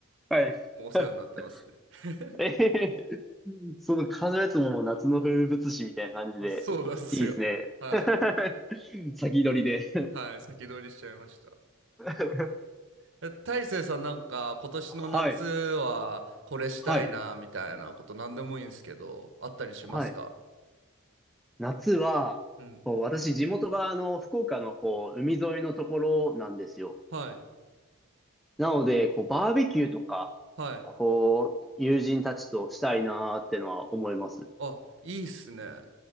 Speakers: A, in the centre; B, on the right.
A: い。
B: もうお世話になってますね。
A: <laughs>
B: <laughs>
A: えへへその風のやつももう夏の風物詩みたいな感じで、
B: そうなんですよ。
A: いいですね。
B: はい。
A: <laughs> 先取りで。
B: はい。先取りしちゃいました。
A: <laughs>
B: え、大成さんなんか今年の夏はこれしたいなみたいなこと何でもいいんですけど、
A: はい、はい、
B: あったりしますか
A: はい。夏は、
B: うん。
A: こう私、地元があの福岡のこう海沿いのところなんですよ。
B: はい。
A: なので、こうバーベキューとか、
B: はい。
A: こう、友人たちとしたいなーってのは思います。
B: あ、いいっすね。